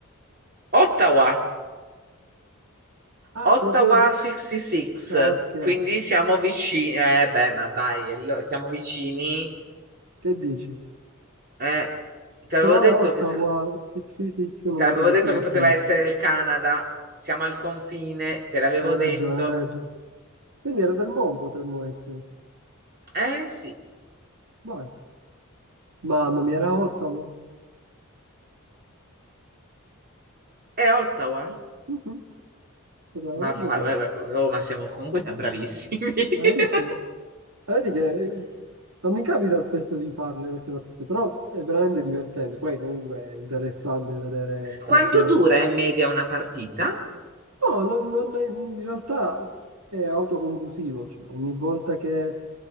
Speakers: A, on the right; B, on the right.
A: Ottawa!
B: Ah,
A: Ottawa
B: proprio...
A: 66,
B: Ah, Ok,
A: quindi siamo vicini. Eh, beh, ma dai, allo- siamo vicini.
B: che dici?
A: Eh, te l'avevo
B: Però
A: detto
B: è Ottawa,
A: che, se-
B: sì, sì, sì, sì, non
A: te
B: vorrei
A: l'avevo
B: che
A: detto
B: sia la
A: che poteva
B: street.
A: essere il Canada. Siamo al confine, te l'avevo
B: Hai
A: detto.
B: ragione, hai ragione. Quindi era Vermont potremmo essere.
A: Eh sì,
B: Vai. Mamma mia, era Ottawa.
A: è Ottawa.
B: Mhm, Veramente
A: Ma va,
B: bravo.
A: va- va- oh, ma siamo comunque siamo bravissimi. <laughs>
B: L'hai vista? Vedi che non mi capita spesso di farle queste partite, però è veramente divertente. Poi comunque è interessante vedere
A: Quanto
B: partite.
A: dura in media una partita?
B: No, non- non è- in realtà è autoconclusivo, cioè, ogni volta che